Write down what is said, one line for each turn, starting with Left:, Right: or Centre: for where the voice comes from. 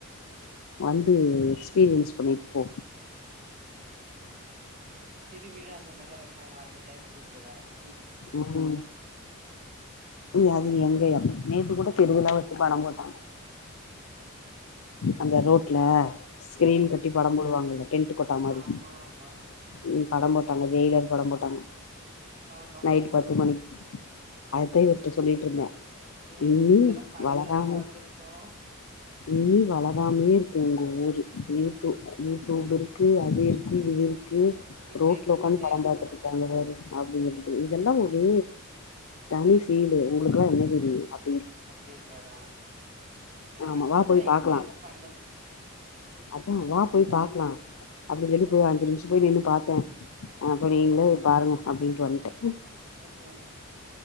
Left: வந்து எக்ஸ்பீரியன்ஸ் பண்ணிட்டு போ
Right: திருவிழா அந்த மாதிரிலாம் வெப்பாங்களா அந்த டைம்ல கூப்பிடு வரன்
Left: உம் அது எங்க எப் நேத்து கூட திருவிலா படம் போட்டாங்க
Right: ம்ஹும்
Left: அந்த ரோட்ல ஸ்கிரீன்
Right: ம்
Left: கட்டி படம் போடுவாங்கல டென்ட்டு கொட்டா மாரி
Right: ஆமா ஆமா
Left: ம் படம் போட்டாங்க ஜெயிலர் படம் போட்டாங்க
Right: பார்றா
Left: நைட் பத்து மணிக்கு அததேன் இவர்ட்ட சொல்லிட்ருந்தேன்
Right: ம்
Left: இனி
Right: இதெல்லா படத்துலதா
Left: வளராம
Right: பாத்துருக்கோ
Left: இனி வள செமயாருக்கு உங்க ஊரு யூட்டு யூட்யூப் இருக்கு அது இருக்கு இது இருக்கு
Right: இ
Left: ரோட்ல
Right: டென்ட்
Left: உக்காந்து
Right: கொட்டாயிட
Left: படம் பாத்துட்ருக்காங்க
Right: அது
Left: அப்டின்னு சொல்லட்டு இதெல்லா ஒரு தனி கீழ உங்களுக்கா <unintelligible> அப்
Right: அப்டிம்பாரா எனக்கும்
Left: ஆமா வா
Right: அதெல்லா
Left: போய்
Right: எக்ஸ்பீரியன்ஸ்
Left: பாக்கலா
Right: பண்
Left: அதா வா போய்
Right: இருக்கு
Left: பாக்கலா அப்டின்னு சொல்லி போய்
Right: போ
Left: அஞ்சு நிம்ஷோ போய் நின்னு பாத்தோம் அப்ப நீங்களே போய் பாருங்க அப்டின்ட்டு வந்ட்ட
Right: உக் உம்